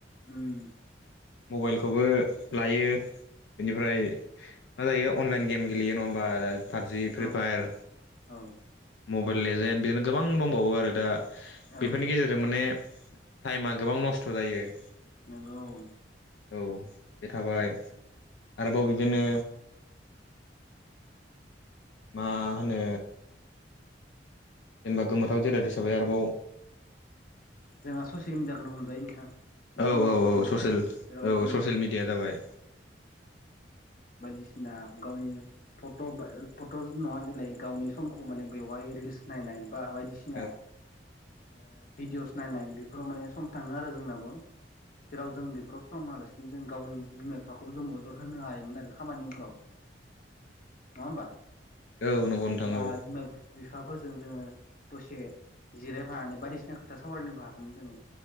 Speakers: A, on the left (about 50°); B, on the left (about 80°).
A: उम।
B: मबाइलखौबो लायो बेनिफ्राय मा जायो अनलाइन गेम गेलेयो नङा होमबा पाबजि, फ्रि
A: औ
B: फायार।
A: औ।
B: मबाइल लेजेन्ड बिदिनो गोबां दंबावो आरो दा
A: औ
B: बेफोरनि गेजेर जों माने टाइमा गोबां नस्थ' जायो।
A: नोंगौ औ।
B: औ बे थाबाय आरोबाव बिदिनो मा होनो जेनेबा गोमोथाव जिराद हिसाबै आरोबाव
A: जोंहा ससियेल मिडियाखौनो हमजायो नोंथां
B: औ
A: बेबो मोनसे
B: औ औ
A: माने
B: ससियेल
A: जेराव
B: औ
A: जों
B: ससियेल मिडिया जाबाय
A: बायदिसिना गावनि फट' फट' नङा जेलाय गावनि समखौ माने बेवहाय रिल्स नायनाय बा बायदिसिना
B: औ
A: ओ भिडिअस नायनाय बेफोराव माने सम थाङो आरो जोंनाबो। जेराव जों बेफोराव सम होआलासिनो जों गावनि बिमा बिफाखौबो जों मदद होनो हायोमोन आरो। खामानिफोराव नङा होमबा?
B: औ नंगौ नोंथां
A: बा
B: औ
A: बिमा फि बिफाफोरजों जोङो दसे जिरायफानानै बायदिसिना खोथा सावरायनोबो हागौमोन जोङो।